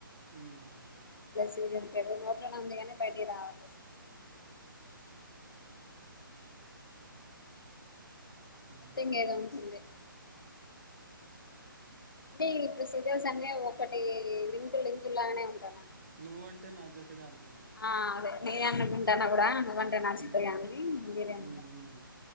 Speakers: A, on the right; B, on the left.
A: ఉమ్
B: సీరియల్ పేరు నోట్లోనే ఉంది గాని బయటకి రావాట్లే సీరియల్
A: ఉమ్,
B: సిట్టింగ్
A: ఆలోచించు
B: ఏదో ఉంటుంది అండి ఇప్పుడు సీరియల్స్ అన్న ఒక టీ లింకు లింకులు లాగానే ఉంటాను
A: నువ్వంటే నా జతగా అను
B: ఆ అదే నేన్ గుింటన్నా కూడాడ న వంటే నా చిిత్రగా
A: ఉమ్,
B: అ బిర్యా
A: ఉమ్, ఉమ్.